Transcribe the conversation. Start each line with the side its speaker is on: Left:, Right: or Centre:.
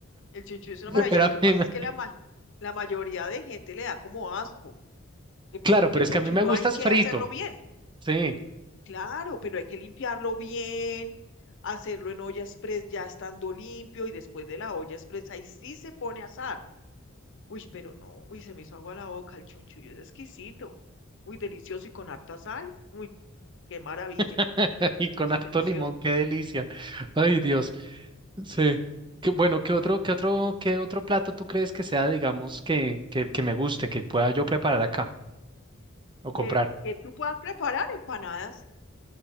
Left: El chunchullo es una maravilla.
Right: Pero
Left: Lo
Right: a
Left: que pasa
Right: mí me-
Left: es que la, ma- la mayoría de gente le da como asco. Lo que
Right: Claro,
Left: pasa es
Right: pero
Left: que el
Right: es
Left: chunchullo
Right: que a mí me gusta
Left: hay
Right: es
Left: que
Right: frito,
Left: hacerlo bien.
Right: sí,
Left: Claro, pero hay que limpiarlo bien, hacerlo en olla express ya estando limpio y después de la olla express ahí sí se pone a asar. Uy, pero no, uy, se me hizo agua la boca. El chunchullo es exquisito. Uy, delicioso y con harta sal. Uy, qué maravilla.
Right: <laughs> y con
Left: Es
Right: harto
Left: delicioso.
Right: limón, qué delicia. Ay, Dios. Sí. Qué, bueno, ¿qué otro, qué otro, qué otro plato tú crees que sea, digamos, que, que, que me guste, que pueda yo preparar acá o comprar?
Left: Eh, que tú puedas preparar empanadas.